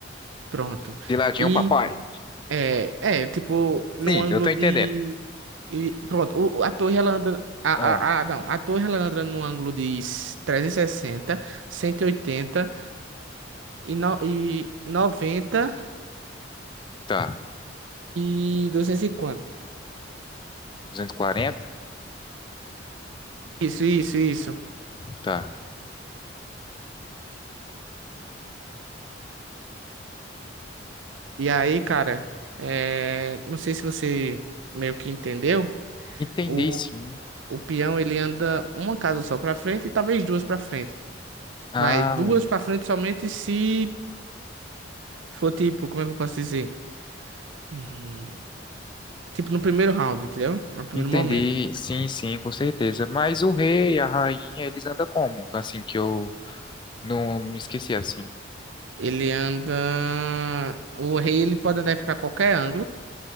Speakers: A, on the right (about 85°); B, on the left (about 25°).
A: Pronto.
B: De ladinho,
A: E
B: papai.
A: É, é, tipo,
B: Sim,
A: num ângulo
B: eu tô
A: de.
B: entendendo.
A: e- pronto, o- o- a torre ela anda. A,
B: Ah,
A: a, a, não, a torre ela anda num ângulo de s- trezentos e sessenta, cento e, oitenta, no, e 90 e noventa
B: tá.
A: e duzentos e cinquenta.
B: duzentos e quarenta
A: Isso, isso, isso.
B: Tá.
A: E aí, cara, é, não sei se você meio que entendeu.
B: Entendi,
A: O,
B: sim.
A: o peão ele anda uma casa só pra frente e talvez duas pra frente.
B: Ah,
A: Mas duas pra frente somente se for tipo, como é que eu posso dizer? Hum, Tipo, no primeiro round, entendeu? No primeiro
B: entendi.
A: momento.
B: Sim, sim, com certeza. Mas o rei, a rainha, eles andam como? Assim que eu não me esqueci assim,
A: Ele anda. O rei ele pode andar pra qualquer ângulo,